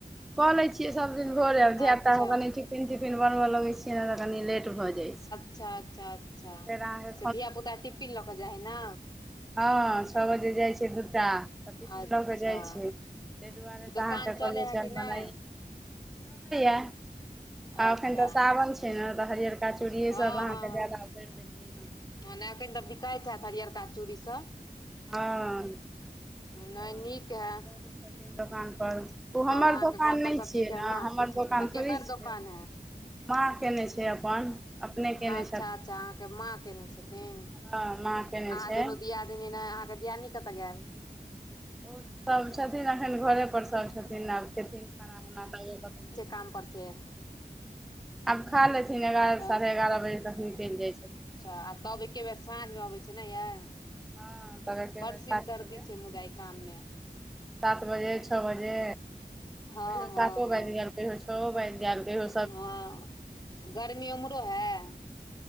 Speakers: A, in the centre; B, on the left.
A: कऽ लै छियै सब दिन भोर आब
B: अच्छा
A: धियापुता के कनि टिफिन तिफिन बनबय लगै छियै न तऽ कनि लेट भऽ जाइ छै
B: चाद चाद
A: फेर आहाँ
B: धिया पुता टिपिन लऽ कऽ जाय हइ न
A: हँ छ बजे जाइ छै दूटा तऽ टिपिन
B: अच्छा
A: लऽ कऽ जाइ छै ताहि दुआरेसँ
B: दोकान
A: अहाँके <unintelligible>
B: चलै हइ कि नहि
A: आ
B: अच्छा
A: एखन तऽ सावन छै ने तऽ हरियरका चूड़िएसभ
B: हँ हँ
A: अहाँके ज्यादा भरि देलियै हँ
B: हँ नै एखन तऽ बिकाइत हैत हरियरका चूड़ीसब
A: हँ
B: नै
A: तऽ
B: नीक हें
A: रहै छथिन दोकानपर ओ हमर
B: अहाँके
A: दोकान
B: घर पर
A: नै
B: सब
A: छियै
B: ठीक हइ
A: ने
B: माँ
A: हमर
B: सब
A: दोकान
B: तऽ केकर
A: थोड़े छियै
B: दोकान हइ
A: माँ केने छै अपन अपने केने
B: अच्छा
A: छथिन
B: अच्छा अहाँके माँ केने छथिन अहाँ
A: हँ माँ केने छै
B: दुनू दियादीनी नै अहाँके दियादनी कतऽ गेएल
A: ओ सब छथिन एखन घरे पर सब छथिन आब खेथीन खाना उना तऽ कत
B: कामपरसे
A: आब खा लेथिन एगारह
B: अ
A: साढ़े एगारह बजे तक निकलि जाइ छथिन
B: अच्छा आ तब एक बेर साँझमे अबै छै नै याए
A: हँ तब एके
B: बड़
A: बेर सात
B: सिरदर्दी
A: बजे
B: छै मुदा यै काम मे
A: सात बजे छ बजे
B: हँ
A: कहियओ
B: हँ
A: सातो
B: हँ
A: बाजि गेएल कहियओ छओ बाजि गेएल कहियओ
B: हँ गर्मी उम्हरो हें